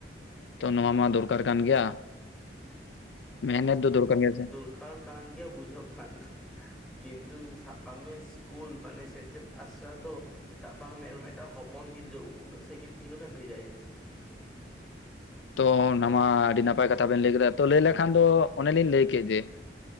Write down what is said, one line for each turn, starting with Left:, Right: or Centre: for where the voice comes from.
Left: ᱛᱚ ᱱᱚᱣᱟ ᱢᱟ ᱫᱚᱨᱠᱟᱨ ᱠᱟᱱ ᱜᱮᱭᱟ ᱢᱮᱦᱱᱚᱛ ᱫᱚ ᱫᱚᱨᱠᱟᱨ ᱜᱮᱭᱟ ᱥᱮ ᱾
Centre: ᱫᱚᱠᱟᱨ ᱠᱟᱱ ᱜᱮᱭᱟ ᱵᱩᱡᱷᱟᱹᱜ ᱠᱟᱱ, ᱠᱤᱱᱛᱩ ᱥᱟᱵ ᱠᱟᱜ ᱢᱮ ᱤᱥᱠᱩᱞ ᱢᱟᱱᱮ ᱥᱮᱪᱮᱫ ᱟᱥᱲᱟ ᱫᱚ ᱥᱟᱵ ᱠᱟᱜ ᱢᱮ ᱢᱤᱫᱴᱟᱝ ᱦᱚᱯᱚᱱ ᱜᱤᱫᱽᱨᱟᱹ ᱩᱱᱟᱹᱜ ᱥᱟᱜᱤᱱ ᱪᱤᱠᱟᱹᱛᱮᱢ ᱵᱷᱮᱡᱟᱭᱮᱭᱟ ᱾
Left: ᱛᱚ ᱚᱱᱟ ᱢᱟ ᱟᱹᱰᱤ ᱱᱟᱯᱟᱭ ᱠᱟᱛᱷᱟ ᱵᱤᱱ ᱞᱟᱹᱭ ᱠᱮᱫᱟ ᱛᱚ ᱞᱟᱹᱭ ᱞᱮᱠᱷᱟᱱ ᱫᱚ ᱚᱱᱮ ᱞᱤᱧ ᱞᱟᱹᱭ ᱠᱮᱫ ᱡᱮ